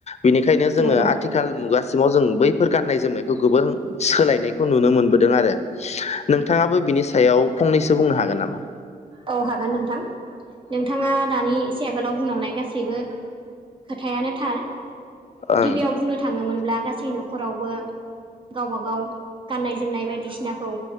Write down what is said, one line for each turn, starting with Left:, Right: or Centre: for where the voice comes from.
Left: बेनिखायनो जोङो
Right: नंगौ
Left: आथिखाल आथिखाल मुगासिमाव जों बैफोर गान्नाय जोमनायखौ गोबोर सोलायनायखौ नुनो मोनबोदों आरो नोंथाङाबो बिनि सायाव फंनैसो बुंनो हागोन नामा?
Right: औ हागोन नोंथां नोंथाङा दानि एसे आगोलाव बुंलांनाय गासैबो खोथायानो थार
Left: ओं
Right: गिबियाव बुंनो थाङोमोनब्ला गासै न'खरावबो गावब गाव गाननाय जोमनाय बायदिसिनाखौ